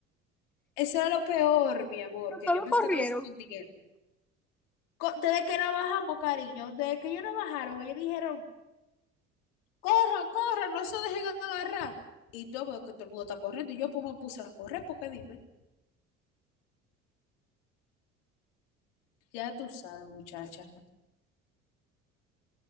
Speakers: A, on the left; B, in the centre.
A: Eso era lo peor, mi amor,
B: <laughs>
A: que
B: Todos
A: yo me
B: corrieron.
A: estaba escondiendo. Co- Desde que no bajamos, cariño, desde que ellos no bajaron, ellos dijeron, corran, corran, no se dejen agarrar. Y yo veo que todo el mundo está corriendo y yo pues me puse a correr, porque dime, ya tú sabes, muchacha,